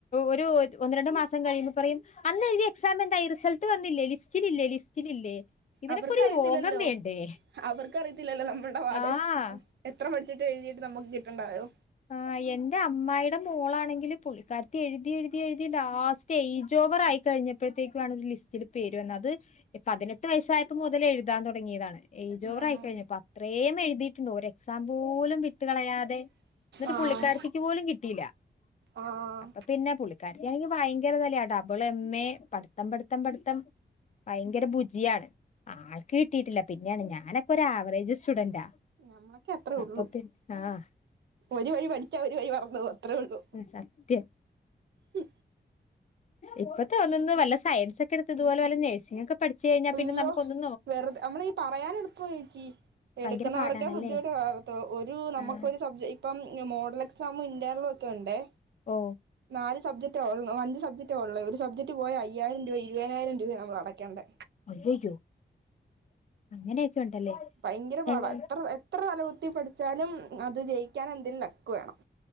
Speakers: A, on the left (about 40°); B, on the right (about 85°).
A: ഒരു ഒന്ന് രണ്ടു മാസം കഴിയുമ്പോ പറയും അന്നഴ്തിയ എക്സാം എന്തായി റിസൾട്ട് വന്നില്ലേ ലിസ്റ്റിലില്ലേ ലിസ്റ്റിലില്ലേ ഇതിനക്കൊരു
B: അവർക്കറിയത്തില്ലല്ലോ
A: യോഗം വേണ്ടേ
B: അവർക്കറിയത്തില്ലല്ലോ നമ്മളുടെ പാട്
A: ആഹ്
B: എത്ര പഠിച്ചിട്ട് എഴുതിയിട്ട് നമുക്ക് കിട്ടണ്ടായോ
A: ആഹ് എന്റെ അമ്മായിടെ മോളാണെങ്കിൽ പുളിക്കാരത്തി എഴുതി എഴുതി എഴുതി ലാസ്റ്റ് തേ എയ്ജ്ജോവർ ആയി കഴിഞ്ഞപ്പോഴത്തേക്കു ആണ് ഒരു ലിസ്റ്റില് പേരുവന്നത് പതിനെട്ട് വയസ്സായപ്പ മുതൽ എഴുതാൻ തുടങ്ങിയതാണ് ഏജോറ
B: ആണോ
A: ആയിക്കഴിഞ്ഞു അപ്പൊ അത്രേയും എഴുതിയിട്ടുണ്ടോ ഒരു എക്സാം പോലും വിട്ടുകളയാതെ എന്നിട്ട്
B: ആഹ്
A: പുള്ളിക്കാരത്തിക്ക് പോലും കിട്ടിയില്ല
B: ആഹ്
A: അപ്പ പിന്നെ പുള്ളിക്കാരക്കാണെങ്കിൽ ഭയങ്കര തലയാട്ടോ ഡബിൾ എം എ പഠിത്തം പഠിത്തം പഠിത്തം ഭയങ്കര ഭുചിയാണ് ആൾക്ക് കിട്ടിയിട്ടില്ല പിന്നെയാണ് ഞാനൊക്കെ ഒരആവറേജ് സ്റ്റുഡന്റാ
B: നമ്മളൊക്കെ അത്രേ
A: അപ്പൊ
B: ഉള്ളൂ
A: പിന്ന ആഹ്
B: ഒരു വഴി പഠിച്ചാൽ ഒരു വഴി മറന്ന അത്രേ ഉള്ളൂ
A: ഉം സത്യം
B: മ്
A: ഇപ്പതോന്നുന്നു വല്ല സയൻസ് ഒക്കെ എടുത്ത്തുപോലെ വല്ല നഴ്സിങ്ങ് ഒക്കെ പഠിച്ച് കഴിഞ്ഞാ
B: അയ്യോ
A: പിന്നെ നമുകൊന്ന്
B: വെറുതെ നമ്മളീ പറയാനാളുപ്പ യെച്ചി
A: ഭയങ്കര
B: എടുക്കുന്നവർക്കെ
A: പാടാണല്ലേ
B: ബുദ്ധിമുട്ട് ഒരു നമുക്കൊരു
A: ആഹ്
B: സബ്ജ ഇപ്പം മോഡൽ എക്സാമു ഇന്റേണലും ഒക്കെ ഉണ്ടേ.
A: ഓ
B: നാല് സബ്ജക്ട് അഞ്ച് സബ്ജക് ഉള്ളേ ഒരു സബ്ജക്ട് പോയി അയായിരം രൂപ, ഇരുപതിനായിരം രൂപ നമ്മൾ അടക്കണ്ടേ
A: അയ്യയോ അങ്ങനെയൊക്കെ ഉണ്ടല്ലേ.
B: ഭയങ്കര പാട,
A: എൻ-
B: എത്ര എത്ര തലകുത്തി പഠിച്ചാലും അത് ജയിക്കാൻ എന്തേലും ലക്ക് വേണം.